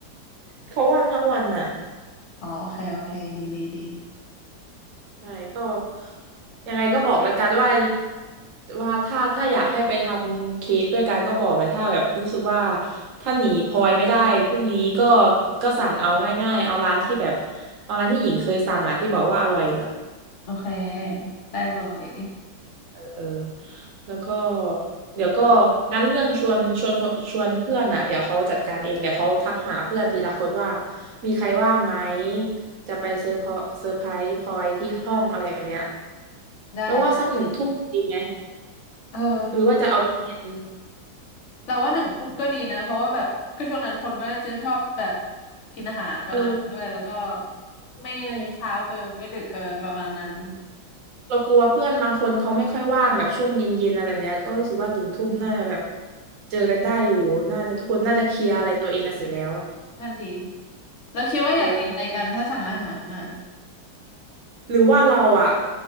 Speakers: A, on the right (about 50°); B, on the left (about 60°).
A: เขาว่างทั้งวันน่ะ
B: อ๋อโอเคโอเคดีดีดี
A: ใช่ก็ยังไงก็บอกแล้วกันว่าว่าถ้าถ้าอยากให้ไปทำเค้กด้วยกันก็บอกเลยถ้าแบบรู้สึกว่าถ้าหนีพลอยไม่ได้พรุ่งนี้ก็ก็สั่งเอาง่ายๆเอาร้านที่แบบเอาร้านที่หญิงเคยสั่งอ่ะที่บอกว่าอร่อยอ่ะ
B: โอเคได้เลย
A: เออแล้วก็เดี๋ยวก็งั้นเรื่องชวนชวนคนชวนเพื่อนอ่ะเดี๋ยวเขาจัดการเองเดี๋ยวเขาทักหาเพื่อนทีละคนว่ามีใครว่างไหมจะไปเซอร์พรเซอร์ไพรส์พลอยที่ห้องอะไรแบบเนี้ย
B: อ่ะได้นะ
A: เราวว่าสักหนึ่งทุ่มดีไหม
B: เออ
A: หรือว่าจะเอาเย็น
B: เราว่าหนึ่งทุ่มก็ดีนะเพราะว่าแบบก็ช่วงนั้นคนก็น่าจะชอบแบบกินอาหารประมาณด้วยแล้วก็
A: ๆเออ
B: ไม่ไม่เช้าเกินไม่ดึกเกินประมาณนั้น
A: ใช่เรากลัวเพื่อนบางคนเขาไม่ค่อยว่างแบบช่วงเย็นๆอะไรแบบเนี้ยก็รู้สึกว่าถึงทุ่มน่าจะแบบ
B: อืม
A: เจอกันได้อยู่น่าจะทุกคนน่าจะเคลียร์อะไรตัวเองกันเสร็จแล้วอะ
B: นั่นดีแล้วคิดว่าอยากกินอะไรกันถ้าสั่งอาหารอ่ะ
A: เออ หรือว่าเราอะ